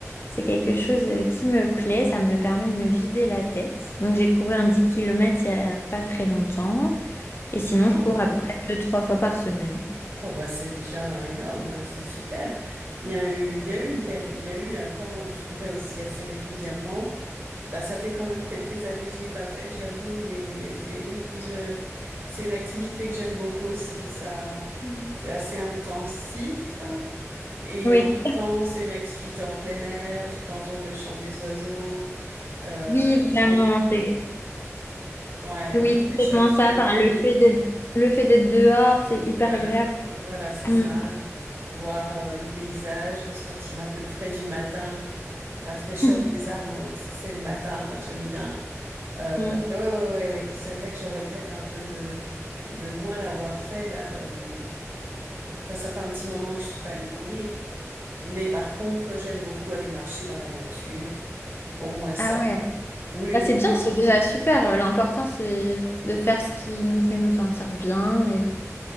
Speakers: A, on the left; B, on the right.
A: c'est quelque chose euh, qui me plaît. Ça me permet de me vider la tête. Donc j'ai couru un 10 kilomètres il n'y a pas très longtemps. Et sinon,
B: Oh,
A: je cours à peu près deux, trois fois par semaine.
B: oh, bah, c'est déjà énorme, hein, c'est super. Il y a eu, il y a eu une péri- il y a eu un temps où je courais aussi assez régulièrement. Là, ça fait quand même quelques années que je l'ai pas fait, j'avoue, mais, mais c'est, oui, je, c'est une activité que j'aime beaucoup aussi. Ça,
A: Mm.
B: c'est assez intensif et
A: Oui,
B: en même temps, c'est une activité en plein air. Tu peux entendre le chant des oiseaux. euh,
A: oui,
B: sentir
A: vraiment. C'est
B: ouais,
A: Oui,
B: la fraîcheur
A: complètement
B: du
A: ça.
B: matin.
A: Enfin, le fait d'être le fait d'être dehors, c'est hyper
B: Voilà,
A: agréable. quoi.
B: voilà, c'est
A: Mm.
B: ça. Voir euh, les paysages, sentir un peu le frais du matin, la fraîcheur
A: <laughs>
B: des arbres, euh, si c'est le matin, enfin, j'aime bien. Euh,
A: Mm.
B: mais ouais, ouais, ouais, ouais. C'est vrai que je regrette un peu de, de moins l'avoir fait, là. euh. Enfin, ça fait un petit moment que je suis pas allée courir. Mais par contre, j'aime beaucoup aller marcher dans la nature. Au moins ça.
A: Ah ouais.
B: Oui,
A: Bah,
B: oui.
A: c'est bien, c'est déjà super. Euh, L'important, c'est de faire ce qui nous fait nous sentir bien et,